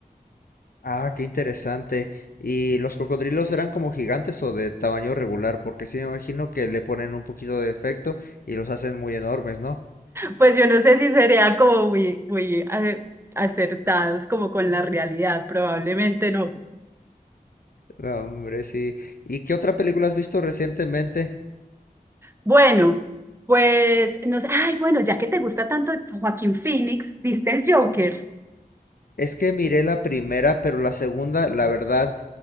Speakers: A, on the left; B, on the right.
A: Ah, qué interesante. ¿Y los cocodrilos eran como gigantes o de tamaño regular? Porque sí me imagino que le ponen un poquito de efecto y los hacen muy enormes, ¿no?
B: Pues yo no sé si sería como muy, muy a- acertados como con la realidad, probablemente no.
A: No, hombre, sí. ¿Y qué otra película has visto recientemente?
B: Bueno, pues no sé, ay, bueno, ya que te gusta tanto Joaquín Phoenix, ¿viste el Joker?
A: Es que miré la primera, pero la segunda, la verdad,